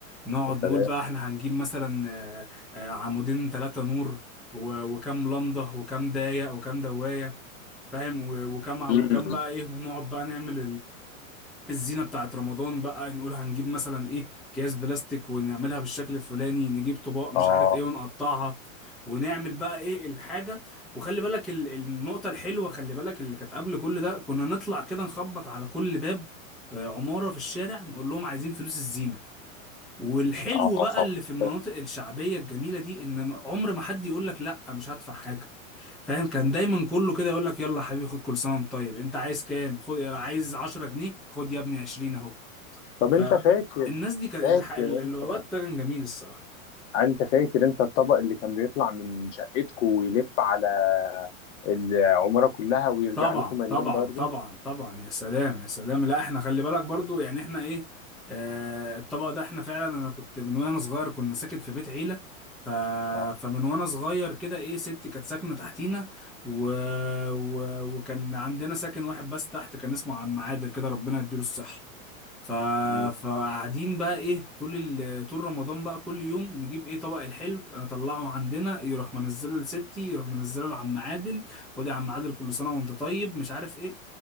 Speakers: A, in the centre; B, on the left.
A: نقعد
B: يا سلام
A: نقول بقى احنا هنجيب مثلا آه، آه، عمودين ثلاثه نور و- وكام لمضه وكام دايه وكام دوايه فاهم و- وكم وكم
B: مم.
A: بقى ايه ونقعد بقى نعمل الزينة بتاعت رمضان بقى نقول هنجيب مثلا ايه اكياس بلاستيك ونعملها بالشكل الفلاني نجيب طباق مش
B: اه
A: عارف ايه ونقطعها ونعمل بقى ايه الحاجة وخلي بالك ال- النقطة الحلوة خلي بالك اللي كانت قبل كل ده كنا نطلع كده نخبط على كل باب آه، عمارة في الشارع نقول لهم عايزين فلوس الزينة والحلو
B: اه طبعا
A: بقى اللي في المناطق الشعبية الجميلة دي ان عمر ما حد يقول لك لا مش هدفع حاجة فاهم كان دايما كله كده يقول لك يلا يا حبيبي خد كل سنة وانت طيب انت عايز كام خد عايز 10 جنيه خد يا ابني 20 اهو
B: طب
A: فالناس
B: انت فاكر
A: دي كان
B: فاكر
A: الح- ال-
B: انت
A: الوقت ده كان جميل الصراحه
B: انت فاكر انت الطبق اللي كان بيطلع من شقتكم ويلف على العماره كلها ويرجع
A: طبعا
B: لكم مليون
A: طبعا
B: برضه
A: طبعا طبعا يا سلام يا سلام لا احنا خلي بالك برضو يعني احنا ايه آه الطبق ده احنا فعلا انا كنت من وانا صغير كنا ساكن في بيت عيله ف...
B: اه
A: فمن وانا صغير كده ايه ستي كانت ساكنه تحتينا و... و... وكان عندنا ساكن واحد بس تحت كان اسمه عم عادل كده ربنا يديله الصحه ف...
B: مم.
A: فقاعدين بقى ايه طول ال... طول رمضان بقى كل يوم نجيب ايه طبق الحلو انا اطلعه عندنا يروح منزله لستي يروح منزله لعم عادل خد يا عم عادل كل سنه وانت طيب مش عارف ايه